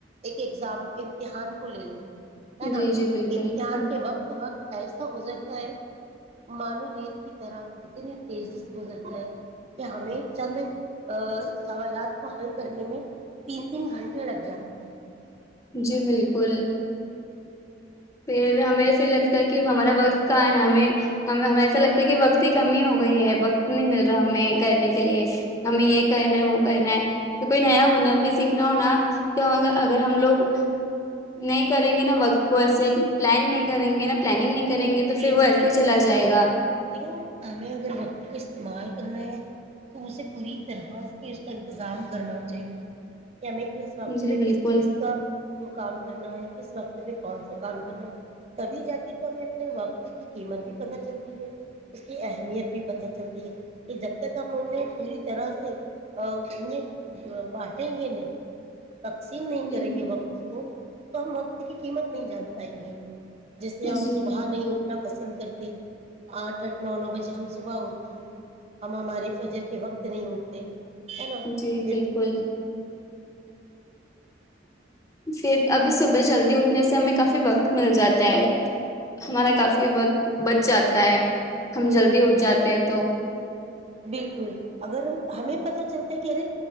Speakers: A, on the right; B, on the left.
A: ایک ایگزام امتحان کو لے لو ہے نا
B: جی جی بالکل
A: امتحان
B: ہاں
A: کے وقت وقت ایسا گزرتا ہے مانو ریت کی طرح اتنی تیزی سے گزرتا ہے کہ ہمیں چند ا سوالات کو حل کرنے میں تین تین گھنٹے لگ جاتے ہیں
B: جی بالکل پھر ہمیں پ لگتا ہے کہ ہمارا وقت کہاں ہے ہمیں ہم ہمیں ایسا لگتا ہے کہ وقت کی کمی ہوگی گئی ہے وقت نہیں مل رہا ہمیں کرنے کے لیے ہمیں یہ کرنا ہے وہ کرنا ہے کوئی نیا ہنر بھی سیکھنا ہوناا تو اگر ہم لوگ نہیں کریں گے نا وقت کو ایس پلان نہیں کریں گے نا پلاننگ نہیں کریں گے تو
A: جی
B: پھر وہ
A: جی
B: ایسے
A: بالکل
B: ہی چلا جائے گا
A: دیکھو ہمیں اگر وقت کا استعمال کرنا ہے تو اسے پوری طرح اس کا انتظام کرنا چاہیے کہ ہمیں کس وقت پہ
B: جی بالکل
A: کس چیز کا وہ کام کرنا ہے اس وقت پہ کون سا کام کرنا ہے تبھی جا کے تو ہمیں اپنے اپنے وقت کی قیمت بھی پت چلتی ہے اس کی اہمیت بھی پت چلتی ہے کہ جب تک ہم انہیں پوری طرح سے انہیں بانٹیں گے نہیں تقسیم نہیں کریں
B: جی
A: گے وقت کو تو ہم وقت کی قیمت نہیں جان پائیں گے جیسے ہم
B: جی
A: صبح اٹھنا پسند کرتے آٹھ آٹھ نو نو بجے ہم صبح ہوتی ہے ہم ہمارے فجر کے وقت نہیں اٹھتے ہے نا
B: جی
A: پھر
B: بالکل پھر ابھی صبح جلدی اٹھنے سے ہمیں کافی وقت مل جاتا ہے ہمارا کافی وقت بچ جاتا ہے ہم جلدی اٹھ جاتے ہیں تو
A: بالکل اگر ہمیں پت چلتا کہ رے